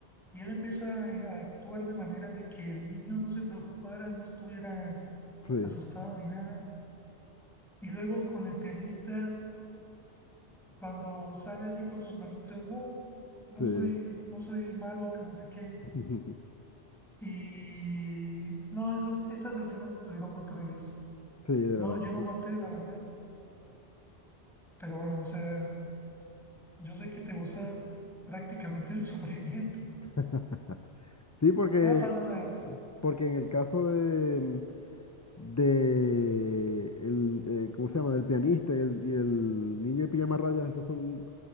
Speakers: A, in the centre; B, on the left (about 20°).
A: y él empieza eh, a actuar de manera de que el niño no se preocupara, no estuviera
B: sí,
A: asustado ni nada, y luego con el pianista, cuando sale así con sus manitas, no, no
B: sí,
A: soy, no soy malo, que no sé qué
B: <laughs>
A: Y no, esas, esas escenas estuvieron muy crueles.
B: sí, de
A: No,
B: verdad
A: yo
B: que
A: no
B: sí.
A: aguanté, la verdad. Pero bueno, o sea, yo sé que te gusta prácticamente el <laughs> sufrimiento.
B: <laughs> Sí, porque,
A: No pasa nada, eso
B: porque en el caso de, de el, eh, ¿cómo se llama? Del pianista y, el, y del niño de pijama rayas, esas son